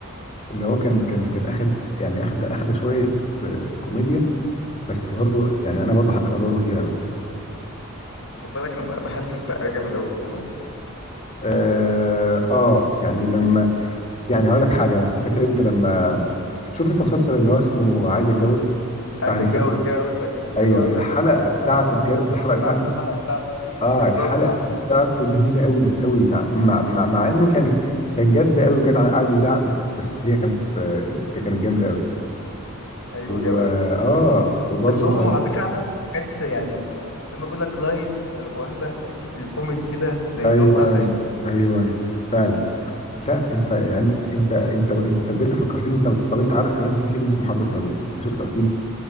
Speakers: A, on the left; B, on the left.
A: اللي هو كان كان كان اخد يعني اخد اخد شويه آه، كوميديا بس برضو يعني انا برضو حبيت ادوره فيها قوي
B: خد بالك انا بحس السقا جامد قوي في الكوميدي
A: آه, اه يعني لما يعني هقول لك حاجه مثلا فاكر انت لما شفت انت مسلسل اللي هو اسمه عايز اتجوز
B: عايز
A: بتاع هند
B: اتجوز
A: صبري
B: جاي اقول لك لسه
A: ايوه
B: جاي اقول
A: الحلقه
B: لك والله آه
A: بتاعته
B: عايز
A: بجد
B: اتجوز
A: الحلقه
B: لما كان
A: بتاعته
B: عامل الحلقه بتاعته دي
A: اه
B: وكان
A: الحلقه
B: ظابط عصبي
A: بتاعته جميله قوي قوي مع مع مع, مع انه كان كان جد قوي وكان قاعد بيزعق بس بس هي كانت آه، كانت جامده قوي
B: ايوه جدع
A: و اه وبرضو
B: بس هو
A: الط-
B: هو على فكره عمل حاجات يعني لما بقول لك لايت واخده سكه الكوميدي كده زي
A: ايوه
B: اللي هو بتاع طيب
A: ايوه فعلا لا انت يعني انت انت انت بجد فكرتني انت طب انت عارف كمان في فيلم اسمه حرب ايطاليا انت شفته اكيد